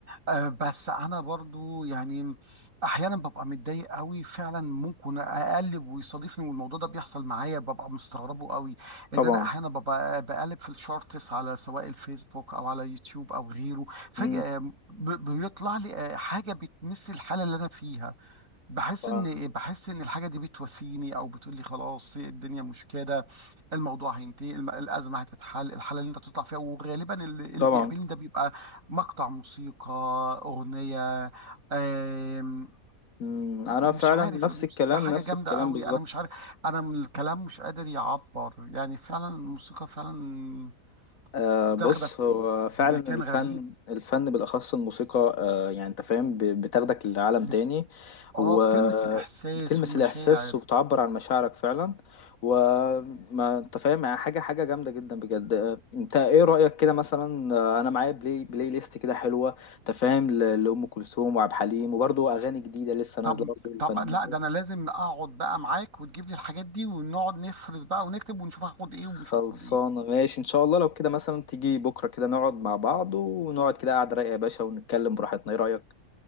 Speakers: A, on the right; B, on the left.
A: آه، بس انا برضو يعني احيانا ببقى متضايق قوي فعلا ممكن اقلب ويصادفني والموضوع ده بيحصل معايا ببقى مستغربه قوي ان
B: طبعا
A: انا احيانا ببقى بقلب في الشورتس على سواء الفيسبوك او على يوتيوب او غيره فجأة
B: مم.
A: ب- بيطلع لي آه، حاجة بتمس الحالة اللي انا فيها بحس
B: ف-
A: ان بحس ان الحاجه دي بتواسيني او بتقول لي خلاص الدنيا مش كده الموضوع هينتهي الم- الازمه هتتحل الحاله اللي انت بتطلع فيها وغالبا اللي اللي
B: طبعا
A: بيقابلني ده بيبقى مقطع موسيقى اغنيه آم،
B: مم.
A: مش
B: انا فعلا
A: عارف
B: نفس
A: الموسيقى
B: الكلام
A: حاجه
B: نفس
A: جامده
B: الكلام
A: قوي
B: بالظبط
A: انا مش عارف انا من الكلام مش قادر يعبر يعني فعلا الموسيقى فعلا
B: آه
A: بتاخدك
B: بص هو فعلا
A: بمكان
B: الفن
A: غريب
B: الفن بالأخص الموسيقى آه يعني أنت فاهم ب- بتاخدك لعالم
A: بت...
B: تاني
A: اه
B: وبتلمس
A: بتلمس الاحساس والمشاعر
B: الإحساس وبتعبر عن مشاعرك فعلا وما أنت فاهم يعني حاجة حاجة جامدة جدا بجد آه، أنت إيه رأيك كده مثلا آه، أنا معايا بلاي بلاي ليست كده حلوة أنت فاهم ل- لأم كلثوم وعبد الحليم وبرضه أغاني جديدة لسه نازلة
A: طب
B: برضه الفنانين
A: طب لا
B: دول
A: ده انا لازم اقعد بقى معاك وتجيب لي الحاجات دي ونقعد نفرز بقى ونكتب ونشوف هاخد ايه
B: خلصانة
A: ومش هاخد ايه
B: ماشي إن شاء الله لو كده مثلا تيجي بكرة كده نقعد مع بعض ونقعد كده قعدة رايقة يا باشا ونتكلم براحتنا إيه رأيك؟